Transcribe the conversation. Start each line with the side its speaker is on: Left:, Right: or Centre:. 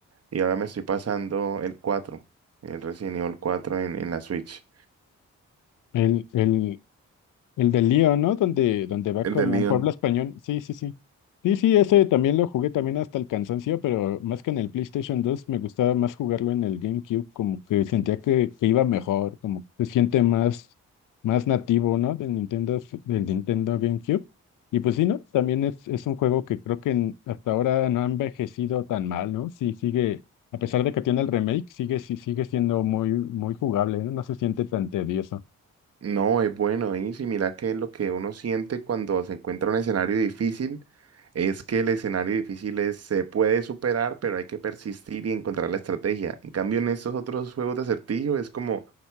Right: y ahora me estoy pasando el cuatro el Resident Evil cuatro en, en la Switch.
Left: el, el, El del lío, ¿no? Donde, donde va
Right: El
Left: como
Right: de Leon.
Left: un pueblo español. Sí, sí, sí. Sí, sí, ese también lo jugué también hasta el cansancio, pero más que en el PlayStation dos me gustaba más jugarlo en el GameCube, como que sentía que, que iba mejor, como que se siente más, más nativo, ¿no? Del Nintendo, s- del Nintendo GameCube. Y pues sí, ¿no? También es, es un juego que creo que en- hasta ahora no ha envejecido tan mal, ¿no? Sí, sigue, a pesar de que tiene el remake, sigue, sí, sigue siendo muy, muy jugable, ¿no? No se siente tan tedioso.
Right: No, es bueno, y si mira que lo que uno siente cuando se encuentra un escenario difícil es que el escenario difícil es- se puede superar, pero hay que persistir y encontrar la estrategia. En cambio, en estos otros juegos de acertijo es como